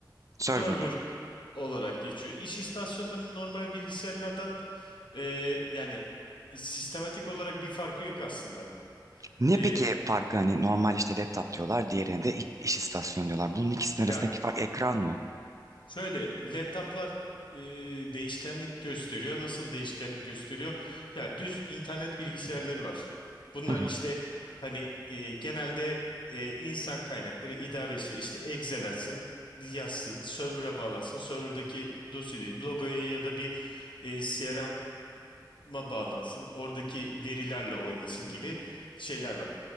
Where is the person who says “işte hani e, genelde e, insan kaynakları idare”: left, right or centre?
Left